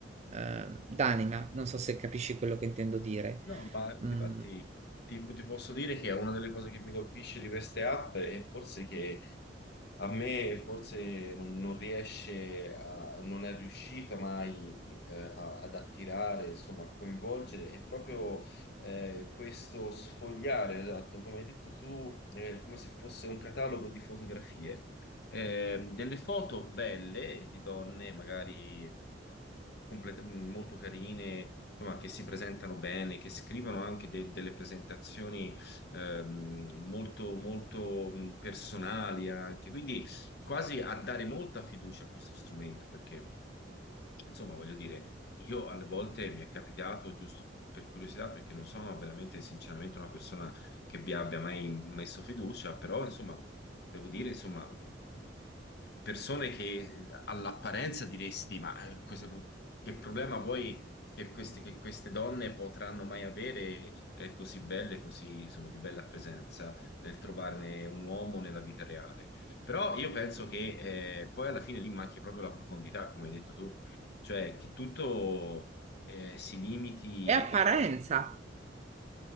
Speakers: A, on the right; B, on the left.
A: eh, d'anima. Non so se capisci quello che intendo dire.
B: No, ma difatti
A: Mm,
B: ti, ti posso dire che è una delle cose che mi colpisce di queste app è forse che a me forse non, non riesce a, non è riuscita mai eh, a- ad attirare, insomma, a coinvolgere, è proprio eh, questo sfogliare, esatto, come hai detto tu, è come se fosse un catalogo di fotografie eh, delle foto belle di donne, magari complet- molto carine, insomma, che si presentano bene, che scrivono anche de- delle presentazioni ehm, molto, molto mh, personali anche, quindi quasi a dare molta fiducia a questo strumento, perché, insomma, voglio dire, io alle volte mi è capitato, giusto per curiosità, perché non sono veramente sinceramente una persona che vi abbia mai messo fiducia, però insomma, devo dire, insomma, persone che all'apparenza diresti, ma eh, questo- che problema vuoi che queste, che queste donne potranno mai avere eh, così belle, così insomma di bella presenza nel trovarne un uomo nella vita reale. Però io penso che eh, poi alla fine lì manchi proprio la profondità, come hai detto tu, cioè che tutto eh, si limiti...
A: è apparenza.
B: eh,